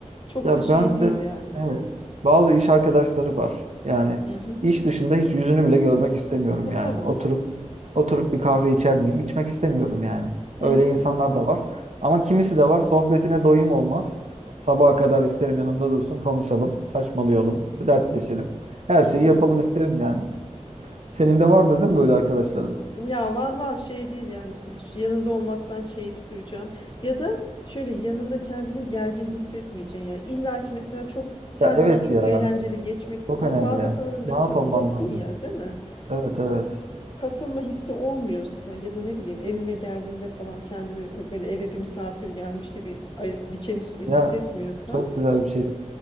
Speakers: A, on the left; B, on the right.
A: Çok
B: Ya
A: da şey
B: ben
A: değil
B: de
A: yani.
B: evet. Bazı iş arkadaşları var. Yani
A: Hı hı.
B: iş dışında hiç yüzünü bile görmek istemiyorum
A: E
B: yani.
A: tabii.
B: Oturup oturup bir kahve içer miyim? İçmek istemiyorum yani.
A: Hı
B: Öyle
A: hı.
B: insanlar da var. Ama kimisi de var. Sohbetine doyum olmaz. Sabaha kadar isterim yanımda dursun, konuşalım, saçmalayalım, dertleşelim. Her şeyi
A: Evet.
B: yapalım isterim yani. Senin de vardır değil mi böyle arkadaşların?
A: Ya var var şey değil yani sü- şu yanında olmaktan keyif duyacağım. Ya da şöyle yanında kendini gergin hissetmeyeceksin. Yani illa ki mesela çok her
B: Ya
A: zaman
B: evet
A: çok
B: ya.
A: eğlenceli geçmek
B: Çok
A: ama
B: önemli.
A: bazı insanların da
B: Rahat
A: kasılasın
B: olman lazım.
A: ya değil mi?
B: Evet evet.
A: O kasılma hissi olmuyorsa ya da ne bileyim evime geldiğinde falan kendimi böyle eve bir misafir gelmiş gibi ay- diken üstü hissetmiyorsan.
B: Ya Çok güzel bir şey